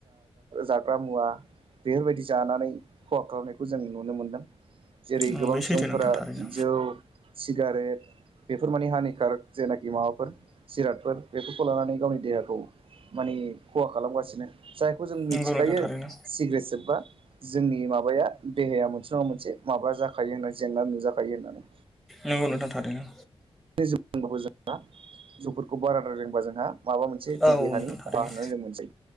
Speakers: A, on the right; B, in the centre.
A: जाग्रा मुवा बेफोरबायदि जानानै खहा खालामनायखौ जों नुनो मोन्दों जेरै
B: उम
A: गोबां
B: बे सैथो
A: सुबुंफोरा
B: नोंथां थारैनो
A: जौ सिगारेट बेफोर मानि हानि कारक जेनाखि माबाफोर जिरादफोर बेफोरखौ लानानै गावनि देहाखौ माने खहा खालामगासिनो जायखौ जों
B: नंगौ
A: मिथिखायो
B: नोंथां थारैनो
A: सिग्रेट सोबबा जोंनि माबाया देहाया मोनसे नङा मोनसे माबा जाखायो होननानै जेंना नुजाखायो होनना
B: नंगौ नोंथां थारैनो
A: जौ लोंबाबो जोंहा जौफोरखौ बाराद्राय लोंबा जोंहा माबा मोनसे
B: औ
A: जों देहानि
B: नोंथां थारैनो
A: खहा होननानै जों मोनसै